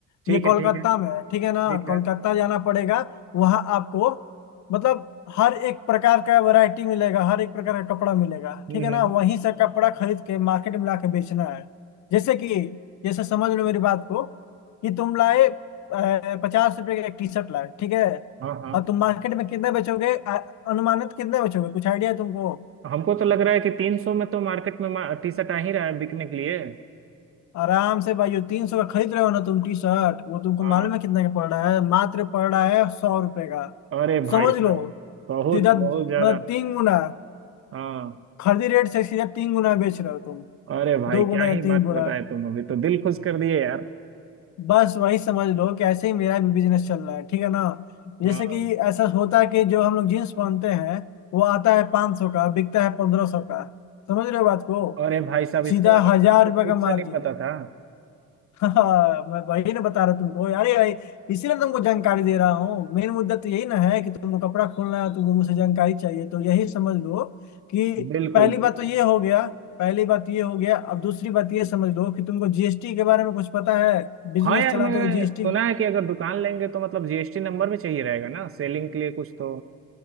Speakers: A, on the right; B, on the left.
A: ठीक
B: ये कोलकाता
A: है ठीक है
B: में है ठीक है
A: ठीक
B: ना कोलकाता
A: है
B: जाना पड़ेगा वहाँ आपको मतलब हर एक प्रकार का वैरायटी मिलेगा हर एक प्रकार का कपड़ा मिलेगा
A: हम्म
B: ठीक है
A: हम्म
B: ना वहीं से कपड़ा खरीद के मार्केट में लाके बेचना है जैसे कि जैसे समझ लो मेरी बात को कि तुम लाए पचास रुपए का एक टी शर्ट लाए ठीक है
A: हाँ हाँ
B: और तुम मार्केट में कितने बेचोगे आ- अनुमानित कितने बेचोगे कुछ आइडिया है तुमको
A: हमको तो लग रहा है कि तीन सौ में तो मार्केट में मा, टी शर्ट आ ही रहा है बिकने के लिए
B: आराम से भाई तीन सौ का खरीद रहे हो ना तुम टी शर्ट वो तुमको
A: हाँ
B: मालूम है कितने का पड़ रहा है मात्र पड़ रहा है सौ रुपए का
A: अरे भाई
B: समझ
A: साहब
B: लो
A: बहुत
B: सीधा
A: बहुत
B: मतलब
A: ज्यादा
B: तीन गुना
A: हाँ
B: खरीदी रेट से सीधा तीन गुना बेच रहे हो तुम
A: अरे भाई
B: दो गुना
A: क्या
B: या
A: ही
B: तीन
A: बात
B: गुना
A: बताए तुम अभी तो दिल खुश कर दिए यार
B: बस वही समझ लो कि ऐसे ही मेरा भी बिजनेस चल रहा है ठीक है ना जैसे
A: हाँ
B: कि ऐसा होता है कि जो हम लोग जीन्स पहनते हैं वो आता है पाँच सौ का बिकता है पंद्रह सौ का समझ रहे हो बात को
A: अरे भाई साहब इसके
B: सीधा
A: बारे में
B: हजार
A: तो हमको
B: रुपये
A: खुद
B: का मार्जिन
A: से नहीं पता था
B: हाँ मैं वही ना बता रहा तुमको यार ये इसीलिए तुमको जानकारी दे रहा हूँ मेन मुद्दा तो यही ना है कि तुमको कपड़ा खोलना है तुमको मुझसे जानकारी चाहिए तो यही समझ लो कि
A: बिल्कुल
B: पहली
A: बिल्कुल।
B: बात तो ये हो गया पहली बात ये हो गया अब दूसरी बात ये समझ लो कि तुमको जीएसटी के बारे में कुछ पता है बिजनेस
A: हाँ यार
B: चलाते
A: मैंने
B: हो जीएसटी
A: सुना है कि अगर दुकान लेंगे तो मतलब जीएसटी नंबर भी चाहिए रहेगा ना सेलिंग के लिए कुछ तो